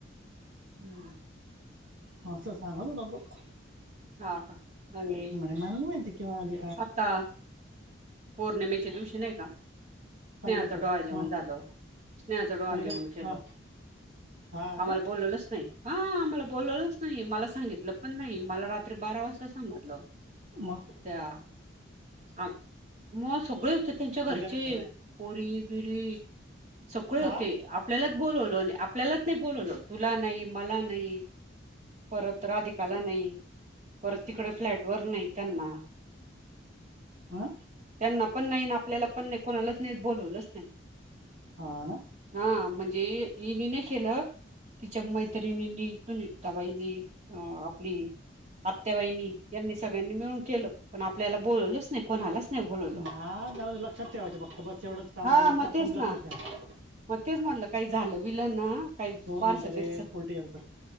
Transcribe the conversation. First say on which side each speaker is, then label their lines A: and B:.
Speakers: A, on the right; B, on the right.
A: हम्म.
B: आस सांगत होता तो.
A: हा, का. <unintelligible>
B: म्हणे मला नाही माहिती केव्हा आले.
A: आता पौर्णिमेच्या दिवशी नाही का. स्नेहाच
B: खाली कर
A: डोहाळ
B: थोडा
A: जेऊन
B: हां
A: झाल. स्नेहाचा डोहाळ
B: खाली
A: जेवन
B: करे
A: केल.
B: हां हा
A: आम्हाला
B: का
A: बोलवलच नाही. हा आम्हाला बोलवलंच नाही. मला सांगितलं पण नाही मला रात्री बारा वाजता समजलं.
B: म.
A: त्या मग सगळे व्यव त्यांच्या घरचे
B: खाली करे थोडं
A: पोरी बिरी सगळे
B: हा
A: होते. आप ल्यालाच बोलवलो. आपल्यालाच नाही बोलवलो तुला नाही मला नाही. परत राधिकाला नाही. परत तिकडे फ्लॅट वर नाही त्यांना,
B: आ.
A: त्यांना पण नाही. ना आपल्याला पण नाही. कोणालाच नाही बोलवलच नाही.
B: हा ना
A: हा म्हणजे हेनी नाही केलं. तिच्या मैत्रिणींनी, सुनीताबाईनी अं आपली आत्याबाइनी यांनी सगळ्यांनी मिळून केलं. पण आपल्याला बोलवलच नाही. कोणालाच नाही बोलवल.
B: हा जाऊ दे लक्षात ठेवायचं फक्त बस एवढंच काम
A: हा
B: करायचं
A: मग
B: आपण
A: तेच
B: बी
A: ना.
B: लक्षात ठेवायचं
A: मग तेच म्हटलं काही झालं बीलं ना. काही
B: दोन
A: बारस
B: मिनटं रे
A: बिरस
B: उलटी झाली पट्टी